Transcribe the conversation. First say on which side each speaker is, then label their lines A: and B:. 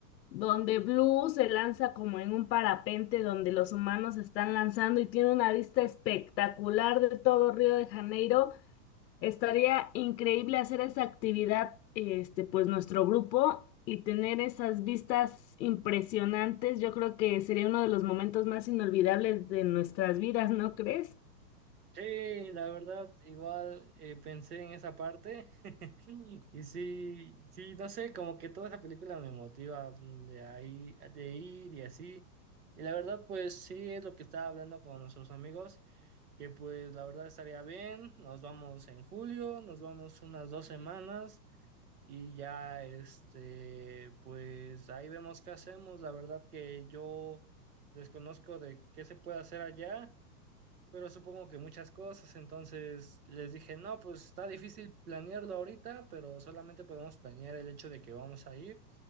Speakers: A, on the left (about 85°); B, on the right (about 65°).
A: donde Blue se lanza como en un parapente donde los humanos se están lanzando y tiene una vista espectacular de todo Río de Janeiro. Estaría increíble hacer esa actividad, este, pues nuestro grupo y tener esas vistas impresionantes. Yo creo que sería uno de los momentos más inolvidables de nuestras vidas, ¿no crees?
B: Sí, la verdad, igual eh, pensé en esa parte Sí, Y sí, sí, no sé, como que toda esa película me motiva mm, de ahí, de ir y así. Y la verdad, pues sí, es lo que estaba hablando con nuestros amigos, que pues la verdad estaría bien, nos vamos en julio, nos vamos unas dos semanas y ya, este, pues ahí vemos qué hacemos. La verdad que yo desconozco de qué se puede hacer allá pero supongo que muchas cosas, entonces les dije, no, pues está difícil planearlo ahorita, pero solamente podemos planear el hecho de que vamos a ir